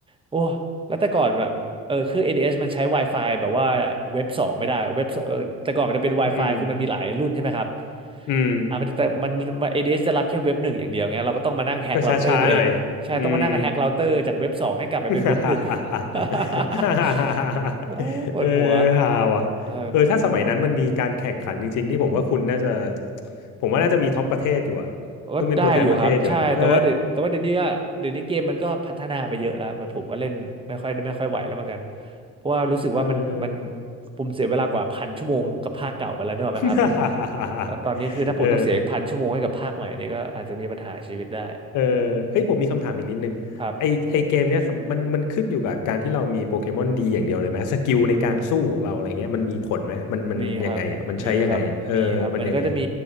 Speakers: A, on the right; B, on the left.
A: โอ้แล้วแต่ก่อนแบบเออเครื่องเ d s มันใช้ Wi-Fi แบบว่าเว็บสองไม่ได้เว็บสองเออแต่ก่อนมันจะเป็น Wi-Fi
B: อืม
A: คือมันมีหลายรุ่นใช่ไหมครับ
B: อืม
A: อ่ามันแต่มันมัน ADS จะรับแค่เว็บหนึ่งอย่างเดียวไงเราก็ต้องมานั่งแฮกเราเตอร์ตัวเองใช่ต้องมานั่งแฮกเราเตอร์จากเว็บสองให้กลับไปเป็นเว็บหนึ่ง
B: ก็ช้าๆหน่อยอืม <laughs> ฮ่าฮ่าฮ่า
A: <laughs>
B: ฮ่าฮ่าฮ่าฮ่าฮ่าฮ่า
A: โอ้ยปวดหัว
B: เออฮาว่ะเออถ้าสมัยนั้นมันมีการแข่งขันจริงๆนี่ผมว่าคุณน่าจะ
A: เออ
B: ผมว่าน่าจะมีท็อปประเทศอยู่อะต้องเป็นตัวแทนประเทศอยู่อะเออ
A: ก็ได้อยู่ครับใช่แต่ว่าเดี๋ยวแต่ว่าเดี๋ยวนี้ก็เดี๋ยวนี้เกมมันก็พัฒนาไปเยอะแล้วมันผมก็เล่นไม่ค่อยไม่ค่อยไหวแล้วเหมือนกันเพราะว่ารู้สึกว่ามันมัน
B: เออ
A: ผมเสียเวลากว่าพันชั่วโมงกับภาคเก่าไปแล้วเนี่ยหรอกไหมครับ
B: ฮ่าฮ่าฮ่าฮ่าฮ่า
A: แล้วตอนนี้คือถ้าผมต้องเสียอีกพันชั่วโมงให้กับภาคใหม่นี่ก็อาจจะมีปัญหาชีวิตได้
B: เออเออเฮ้ยผมมีคำถามอีกนิดนึงไอไอเกมเนี้ยสำมันมันขึ้นอยู่กับการที่เรามีโปเกมอนดีอย่างเดียวเลยไหมสกิลในการสู้ของเราอะไรเงี้ยมันมีผลไหมมันมันยังไงอ่ะมันใช้ยังไงอ่ะเออมันยังไง
A: ครับ มีครับมีครับมีครับ มันก็จะมี